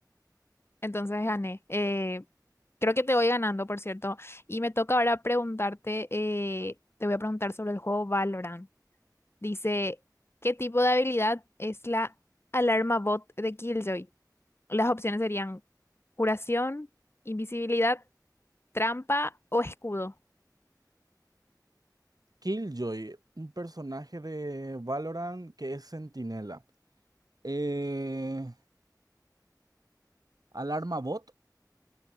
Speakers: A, on the left (about 35°); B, on the right (about 60°).
A: Entonces gané. Eh, creo que te voy ganando, por cierto. Y me toca ahora preguntarte, eh, te voy a preguntar sobre el juego Valorant. Dice, ¿qué tipo de habilidad es la alarma bot de Killjoy? Las opciones serían curación, invisibilidad, trampa o escudo.
B: Killjoy, un personaje de Valorant que es centinela. Eh, Alarma Bot.